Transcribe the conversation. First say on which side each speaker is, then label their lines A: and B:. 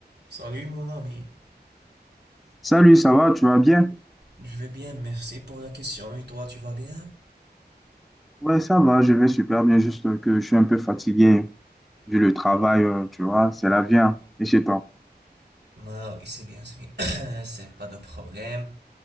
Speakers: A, on the right; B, in the centre.
A: Salut mon ami,
B: Salut, ça va, tu vas bien?
A: je vais bien, merci pour la question. Et toi, tu vas bien?
B: Ouais, ça va, je vais super bien, juste que je suis un peu fatigué vu le travail, euh, tu vois, c'est la vie, hein, et chez toi.
A: Ah oui, c'est bien, c'est bien. <coughs> <clears throat> C'est pas de problème.